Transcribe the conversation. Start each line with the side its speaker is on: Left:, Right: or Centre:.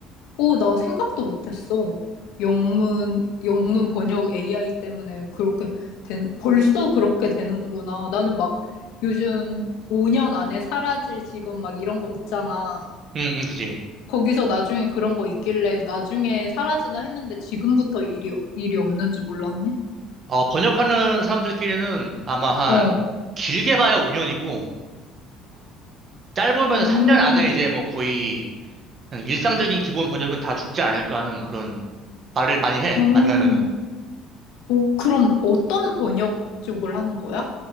Left: 오, 나 생각도 못했어. 영문, 영문 번역 AI 때문에 그렇게 된, 벌써 그렇게 되는구나. 나는 막 요즘 5년 안에 사라질 직업 막 이런 거 있잖아.
Right: 응, 응, 그지.
Left: 거기서 나중에 그런 거 있길래 나중에 사라지나 했는데 지금부터 일이, 일이 없는 줄 몰랐네.
Right: 어, 번역하는 사람들끼리는 아마 한,
Left: 어.
Right: 길게 봐야 5년이고, 짧으면
Left: 어,
Right: 3년 안에 이제 뭐 거의, 그냥 일상적인 기본 번역은 다 죽지 않을까 하는 그런 말을 많이 해,
Left: 어.
Right: 만나면은.
Left: 어, 그럼 어떤 번역 쪽을 하는 거야?